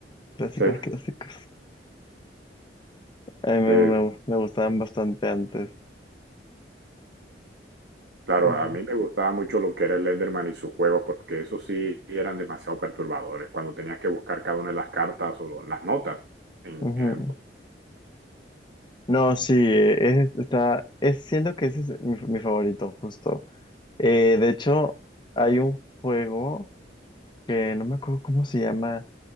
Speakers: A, on the left (about 25°); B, on the right (about 70°).
A: Clásicos,
B: Sí,
A: clásicos. A mí me,
B: sí,
A: me- me gustaban bastante antes.
B: Claro,
A: Ujú,
B: a mí me gustaba mucho lo que era el Enderman y sus juegos, porque esos sí eran demasiado perturbadores, cuando tenías que buscar cada una de las cartas o las notas en,
A: ujú.
B: en el...
A: No, sí, eh, es, está, es, siento que ese es mi, mi favorito, justo. Eh, de hecho, hay un juego que no me acuerdo cómo se llama,